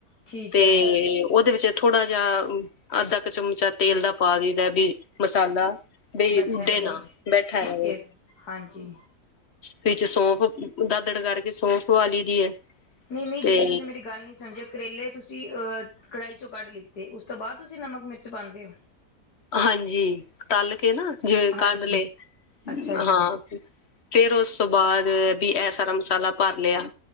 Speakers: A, on the left; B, on the left.
A: ਠੀਕ
B: ਤੇ
A: ਹੈ
B: ਉਹਦੇ ਵਿੱਚ ਥੋੜਾ ਜਿਹਾ ਅੱਧਾ ਕੁ ਚਮਚਾ ਤੇਲ ਦਾ ਪਾ ਦੇਦਾ ਵੀ ਮਸਾਲਾ ਬਈ
A: ਬੈਠਿਆ
B: ਉਡੇ
A: ਰਵੇ
B: ਨਾ ਬੈਠਾ
A: ਚਿਪਕੇ
B: ਰਵੈ
A: ਹਾਂਜੀ
B: ਫੇਰ ਸੋਫ ਦਾਦੜ ਕਰਕੇ ਸੋਫ ਵਾਲੀ ਦੀ ਹੈ।
A: ਨਹੀਂ -ਨਹੀਂ
B: ਤੇ
A: ਜਿਵੇਂ ਤੁਸੀਂ ਮੇਰੀ ਗੱਲ ਨਹੀਂ ਸਮਝਿਆ। ਕਰੇਲੇ ਤੁਸੀਂ ਅਹ ਕੜਾਹੀ ਚੋਂ ਕੱਢ ਲਿੱਤੇ ਉਸ ਤੋਂ ਬਾਅਦ ਤੁਸੀਂ ਨਮਕ, ਮਿਰਚ ਪਾਉਂਦੇ ਹੋ।
B: ਹਾਂਜੀ, ਤਲ ਕੇ ਨਾ ਜਿਵੇਂ ਕੱਢਲੇ
A: ਹਾਂਜੀ ਅੱਛਾ ਜੀ
B: ਹਾਂ ਫੇਰ ਉਸ ਤੋਂ ਬਾਅਦ ਵੀ ਇਹ ਸਾਰਾ ਮਸਾਲਾ ਭਰ ਲਿਆ।